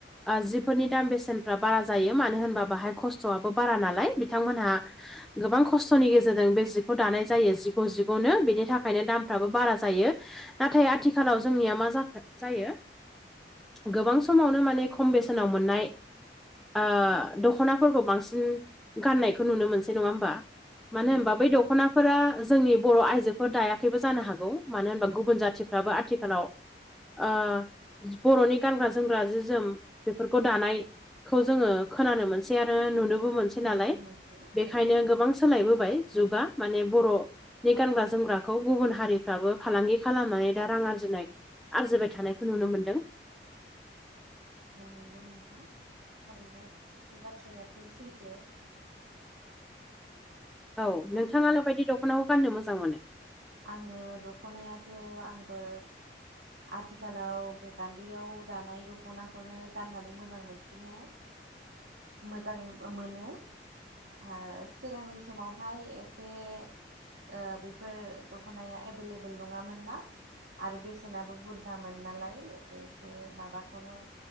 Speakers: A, in the centre; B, on the right.
A: ओ जिफोरनि दाम बेसेनफ्रा बारा जायो मानो होनबा बाहाय खस्थ'आबो बारा नालाय बिथांमोनहा गोबां खस्थ'नि गेजेरजों बे जिखौ दानाय जायो जिग' जिग'नो बेनि थाखायनो दामफ्राबो बारा जायो। नाथाय आथिखालाव जोंनिया मा जाखो जायो गोबां समावनो माने खम बेसेनाव मोननाय ओ दख'नाफोरखौ बांसिन उम गाननायखौ नुनो मोनसै नङा ओमबा मानो
B: औ
A: होमबा
B: नंगौ
A: बै दखना फोरा जोंनि बर' आइजोफोर दायाखैबो जानो हागौ मानो होमबा गुबुन जाथिफ्राबो आथिखालाव ओ बर'नि गानग्रा जोमग्रा जि जोम बेफोरखौ दानाय खौ जोङो खोनानो मोनसै आरो नुनोबो मोनसै
B: नुनोबो
A: नालाय
B: मोनसै
A: बेखायनो
B: औ
A: गोबां सोलायबोबाय जुगा माने बर' नि गानग्रा जोमग्राखौ गुबुन हारिफ्राबो फालांगि खालामनानै दा रां आरजिनाय आरजिबाय थानायखौ नुनो मोन्दों।
B: औ नंगौ नोंथां थारैनो बे बाथ्रायाथ' सैथो।
A: औ
B: गुबुन
A: नोंथाङालाय
B: ओ
A: मा बायदि दखनाखौ गाननो मोजां मोनो?
B: आङो दखनायाथ' आंबो आथिखालाव बे गान्दैयाव दानाय दखनाखौनो गाननानै मोजां मोनफिनो। मोजां ओ मोनो। ओ सिगांनि समावहाय एसे ओ बेफोर दखनाया एभेलेबेल नङामोन ना आरो बे सेनाबो बुरजामोन नालाय एसे माबाखौनो